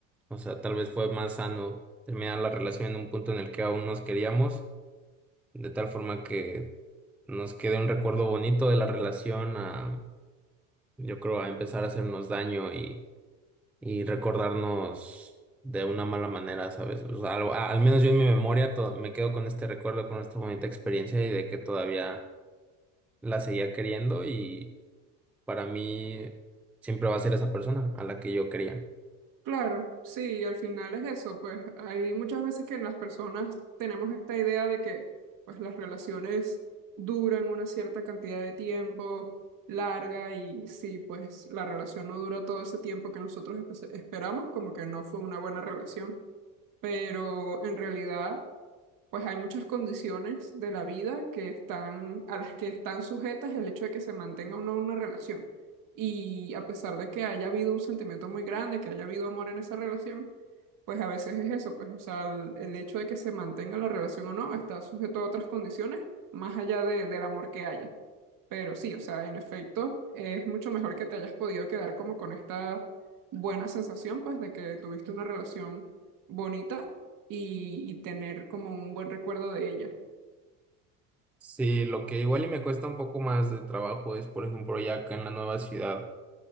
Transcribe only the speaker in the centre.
O sea, tal vez fue más sano terminar la relación en un punto en el que aún nos queríamos, de tal forma que nos quede un recuerdo bonito de la relación a, yo creo, a empezar a hacernos daño y, y recordarnos de una mala manera, ¿sabes? O sea, al, a- al menos yo en mi memoria to- me quedo con este recuerdo, con esta bonita experiencia y de que todavía la seguía queriendo y para mí siempre va a ser esa persona a la que yo quería.
Sí, lo que igual y me cuesta un poco más de trabajo es, por ejemplo, ya acá en la nueva ciudad